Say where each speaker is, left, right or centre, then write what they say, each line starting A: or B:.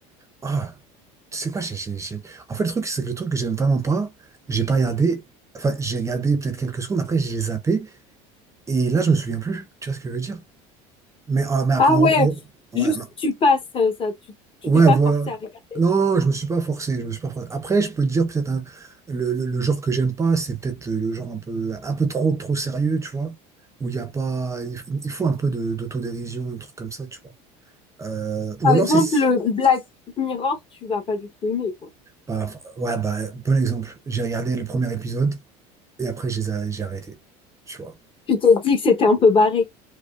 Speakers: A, on the right; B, on the left.
A: Ah, tu sais quoi, j'ai, j'ai- j'ai- en fait, le truc, c'est que le truc que j'aime vraiment pas, j'ai pas regardé, enfin, j'ai regardé peut-être quelques secondes, après, j'ai zappé, et là, je me souviens plus. Tu vois ce que je veux dire? Mais, ah, mais après,
B: Ah
A: on-
B: ouais,
A: on-
B: juste
A: ouais, non.
B: tu passes, euh, ça, tu, tu
A: Ouais,
B: t'es pas
A: voilà.
B: forcé à regarder.
A: Non, je me suis pas forcé, je me suis pas forcé. Après, je peux te dire, peut-être, un- le, le- le genre que j'aime pas, c'est peut-être le genre un peu, un peu trop, trop sérieux, tu vois, où il y a pas, il, il faut un peu de- d'autodérision, un truc comme ça, tu vois. Euh, ou
B: Par
A: alors,
B: exemple,
A: c'est.
B: le Black Mirror, tu vas pas du tout aimer, quoi.
A: Bah, enfin, ouais, bah, bon exemple. J'ai regardé le premier épisode et après, j'ai j'ai arrêté. Tu vois.
B: Tu t'es dit que c'était un peu barré.